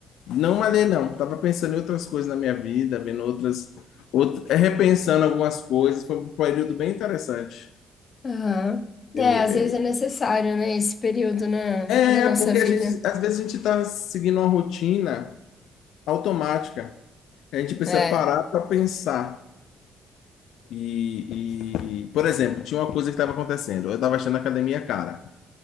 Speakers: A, on the left (about 80°); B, on the left (about 40°).
A: Não malhei, não. Tava pensando em outras coisas na minha vida, vendo outras. out- é, repensando algumas coisas. Foi um período bem interessante.
B: Aham. É,
A: Eu, é,
B: às vezes é necessário, né, esse período na,
A: é,
B: na nossa
A: porque
B: vida.
A: a gente, às vezes a gente tá seguindo uma rotina automática. A gente precisa
B: É.
A: parar para pensar. E, e, por exemplo, tinha uma coisa que estava acontecendo. Eu estava achando a academia cara.